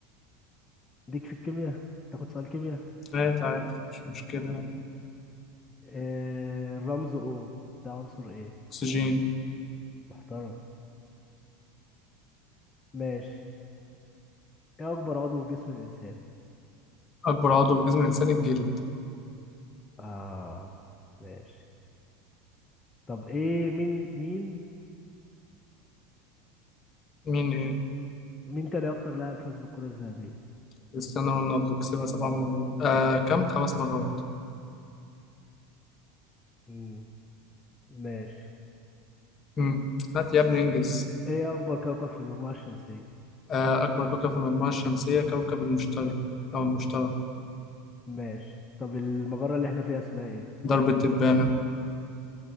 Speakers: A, on the left (about 20°); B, on the left (about 35°).
A: ليك في الكيمياء تاخد سؤال كيمياء
B: عادي عادي مش مشكلة
A: آه الرمز او ده عنصر ايه
B: أكسجين
A: محترم ماشي ايه اكبر عضو في جسم الانسان
B: أكبر عضو في جسم الإنسان الجلد
A: اه ماشي طب ايه مين مين
B: مين إيه؟
A: مين تاني اكتر لاعب فاز بالكرة الذهبية
B: كريستيانو رونالدو كسبها سبع مرات آه كم؟ خمس مرات
A: امم ماشي
B: مم. هات يا ابني إنجز
A: ايه اكبر كوكب في المجموعة الشمسية
B: آه أكبر كوكب في المجموعة الشمسية كوكب المشتري أو المشتري
A: ماشي طب المجرة اللي احنا فيها اسمها ايه
B: درب التبانة